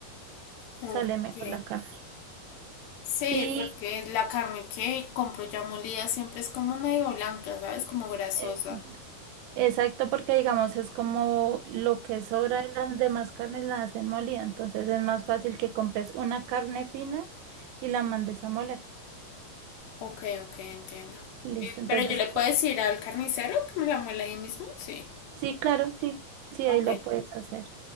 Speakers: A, on the left; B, on the right.
A: Ok.
B: sale mejor la carne.
A: Sí,
B: Y
A: porque la carne que compro ya molida siempre es como medio blanca, ¿sabes? Como grasosa.
B: eh, exacto, porque digamos es como lo que sobra de las demás carnes la hacen molida, entonces es más fácil que compres una carne fina y la mandes a moler.
A: Ok, ok, entiendo.
B: Listo,
A: Eh,
B: entonces
A: pero yo le
B: co-
A: puedo decir al carnicero que me la muela ahí mismo, sí.
B: sí, claro, sí, sí,
A: Ok,
B: ahí lo puedes hacer.